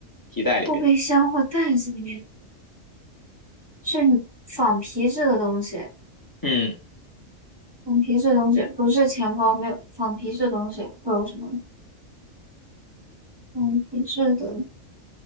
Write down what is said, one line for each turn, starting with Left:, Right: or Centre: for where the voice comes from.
Left: 提袋里边，
Right: 后备箱或袋子里面？是仿皮质的东西，
Left: 嗯。
Right: 仿皮质的东西不是钱包，没有仿皮质的东西会有什么？仿皮质的